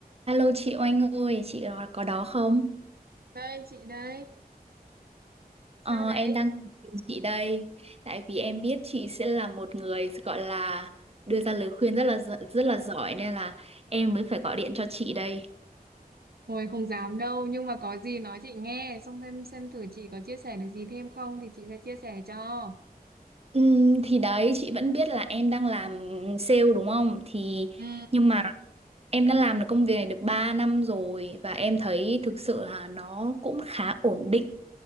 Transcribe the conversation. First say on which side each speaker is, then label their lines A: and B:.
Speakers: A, on the right (about 40°); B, on the right (about 80°).
A: Alo chị Oanh ơi, chị đó- có đó không?
B: Đây chị đây, sao
A: Ờ,
B: đấy?
A: em đang tìm chị đây, tại vì em biết chị sẽ là một người gọi là đưa ra lời khuyên rất là gi- rất là giỏi nên là em mới phải gọi điện cho chị đây.
B: Hồi không dám đâu nhưng mà có gì nói chị nghe xong xem xem thử chị có chia sẻ được gì thêm không thì chị sẽ chia sẻ cho.
A: Ừm, thì đấy chị vẫn biết là em đang làm sale đúng không? Thì
B: Ừ
A: nhưng mà em đã làm được công việc này được 3 năm rồi và em thấy thực sự là nó cũng khá ổn định.